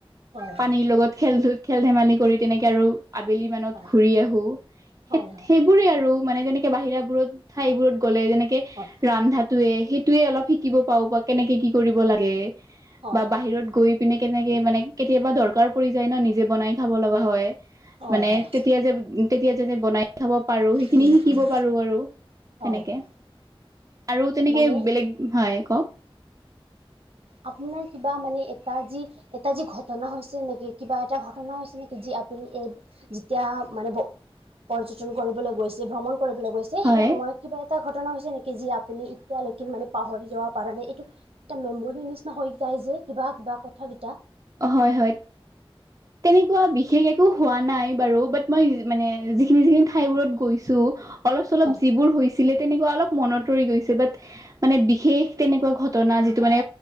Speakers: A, on the right; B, on the right.
A: হয় হয়
B: পানীৰ লগত খেল ধু খেল-ধেমালি কৰি তেনেকে আৰু আবেলি মানত
A: হয়
B: ঘূৰি আহো
A: হয়
B: সেইট
A: হয় হয় হয়
B: সেইবো- বোৰে আৰু মানে যেনেকে বাহিৰা বোৰত ঠাইবোৰত গ'লে যেনেকে
A: হয়
B: ৰন্ধাটোৱে সেইটোৱে অলপ শিকিব পাৰু বা কেনেকে কি কৰিব লাগে
A: হয়
B: বা
A: হয়
B: বাহিৰত গৈ পিনে কেনেকে মানে কেতিয়াবা দৰকাৰ পৰি যায় ন নিজে বনাই খাব লগা হয়।
A: হয়
B: মানে
A: হয়
B: তেতিয়া যে তেতিয়া যে বনাই খাব পাৰো সেইখিনি
A: উম
B: শিকিব
A: উম
B: পাৰো আৰু।
A: হয়
B: তেনেকে
A: হয়
B: আৰু তেনেকে
A: মানে
B: বেলেগ হয় কওক
A: আপোনাৰ কিবা মানে এটা যি এটা যি ঘটনা হৈছে নেকি কিবা এটা ঘটনা হৈছে নেকি যি আপুনি এই যেতিয়া মানে ভ পৰ্যটন কৰিবলৈ গৈছে ভ্ৰমণ কৰিবলৈ গৈছে যে
B: হয়
A: সেই সময়ত কিবা এটা ঘটনা হৈছে নেকি যি আপুনি এতিয়ালৈকে মানে পাহৰি যাৱা পাৰা নাই এইটো এটা মেমৰীৰ নিচিনা হৈ যাই যে কিবা কিবা কথা কেইটা
B: হয় হয় তেনেকুৱা বিশেষ একো হোৱা নাই বাৰু বাত মই মানে যিখিনি যিখিনি ঠাইবোৰত গৈছো অলপ চলপ
A: হয়
B: যিবোৰ হৈছিলে তেনেকুৱা অলপ মনত ৰৈ গৈছে বাট মানে বিশেষ তেনেকুৱা ঘটনা যিটো মানে